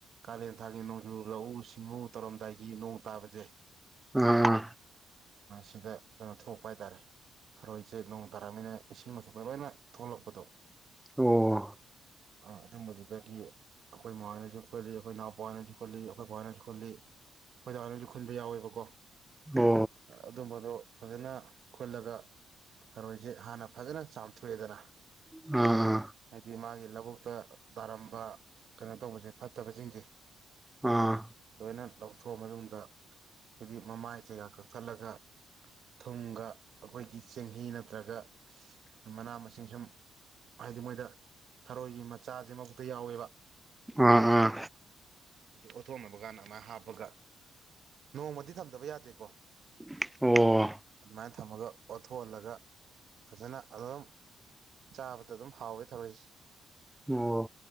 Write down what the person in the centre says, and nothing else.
ꯑꯥ
ꯑꯣ
ꯑꯣ
ꯑꯥ ꯑꯥ
ꯑꯥ
ꯑꯥ ꯑꯥ
ꯑꯣ
ꯑꯣ